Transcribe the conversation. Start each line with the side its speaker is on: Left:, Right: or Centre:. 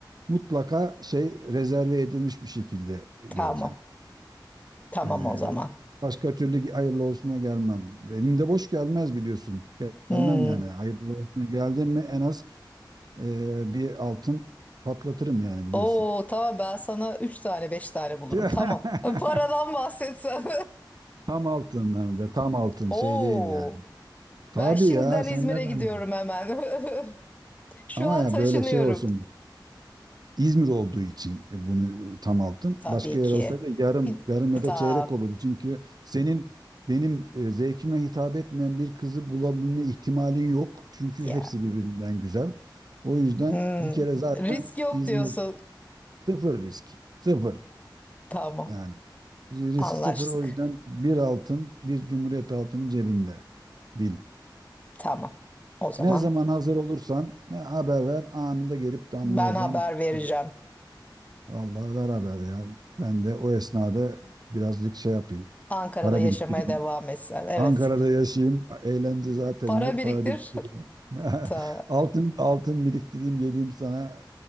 Right: mutlaka şey rezerve edilmiş bir şekilde geleceğim.
Left: Tamam. Tamam
Right: Ee,
Left: o zaman.
Right: başka türlü hayırlı olsuna gelmem. Elimde boş gelmez biliyorsun. Gel-
Left: Hmm.
Right: Gelmem yani. Hayırlı olsuna geldim mi en az e, bir altın patlatırım yani biliyorsun.
Left: Oo, tamam ben sana 3 tane 5 tane bulurum.
Right: <laughs>
Left: Tamam. Paradan bahsetsen.
Right: Tam altın hem de tam altın
Left: <laughs> Oo,
Right: şey değil yani. Tabii
Left: ben şimdiden
Right: ya sen
Left: İzmir'e
Right: ne zannediyorsun?
Left: gidiyorum hemen. <laughs> Şu
Right: Ama
Left: an
Right: ya
Left: taşınıyorum.
Right: böyle şey olsun. İzmir olduğu için e, bunu e, tam altın.
Left: Tabii
Right: Başka yer
Left: ki.
Right: olsaydı yarım, yarım ya da
Left: Ta
Right: çeyrek olurdu. Çünkü senin benim e, zevkime hitap etmeyen bir kızı bulabilme ihtimalin yok. Çünkü
Left: ya.
Right: hepsi birbirinden güzel. O yüzden
Left: Hmm.
Right: bir kere zaten
Left: Risk yok
Right: İzmir
Left: diyorsun.
Right: sıfır risk. Sıfır
Left: Tamam.
Right: yani. Risk
Left: Anlaştık.
Right: sıfır o yüzden bir altın, bir cumhuriyet altının cebinde. Bil.
Left: Tamam. O zaman
Right: Ne zaman hazır olursan ne haber ver anında gelip damlayacağım.
Left: Ben haber vereceğim.
Right: e, Vallahi beraber ya. Ben de o esnada birazcık şey yapayım.
Left: Ankara'da
Right: Para
Left: yaşamaya
Right: biriktireyim.
Left: devam etsen. Evet.
Right: Ankara'da yaşayayım. Eğlence zaten
Left: Para
Right: yok.
Left: biriktir.
Right: Para biriktireyim. <laughs>
Left: Ta,
Right: Altın altın biriktireyim. Geleyim sana